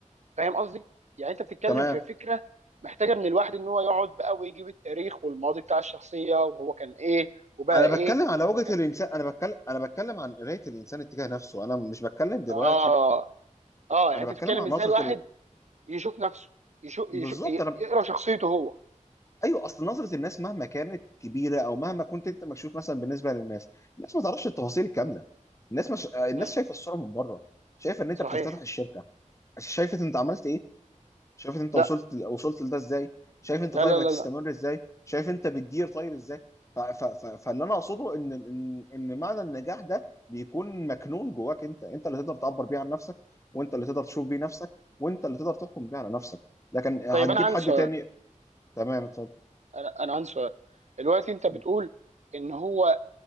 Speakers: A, on the right; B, on the left.
A: فاهم قصدي يعني انت بتتكلم
B: تمام
A: في فكره محتاجه من الواحد ان هو يقعد بقى ويجيب التاريخ والماضي بتاع الشخصيه وهو كان ايه وبقى
B: انا بتكلم
A: ايه
B: على وجهة
A: وكان
B: الانسان انا بتكلم انا بتكلم عن قراية الانسان اتجاه نفسه انا مش بتكلم دلوقتي
A: اه اه يعني
B: انا
A: انت
B: بتكلم
A: بتتكلم
B: عن
A: ازاي
B: نظره
A: الواحد
B: ال...
A: يشوف نفسه يشوف,
B: بالظبط
A: يشوف
B: انا
A: يقرا شخصيته هو
B: ايوه اصل نظره الناس مهما كانت كبيره او مهما كنت انت مكشوف مثلا بالنسبه للناس الناس ما تعرفش التفاصيل الكامله الناس مش... الناس
A: مم.
B: شايفه الصوره من بره شايفه ان انت
A: صحيح
B: بتفتتح الشركه شايفه انت عملت ايه شايف انت
A: لا
B: وصلت وصلت لده ازاي شايف انت
A: لا
B: طيب
A: لا
B: هتستمر
A: لا لا
B: ازاي شايف انت بتدير طيب ازاي ف... ف... ف... فاللي انا اقصده ان ان ان معنى النجاح ده بيكون مكنون جواك انت انت اللي تقدر تعبر بيه عن نفسك وانت اللي تقدر تشوف بيه نفسك وانت اللي تقدر تحكم بيه على نفسك لكن هتجيب
A: طيب انا عندي
B: حد
A: سؤال
B: تاني تمام اتفضل
A: انا انا عندي سؤال دلوقتي انت بتقول
B: مم.
A: ان هو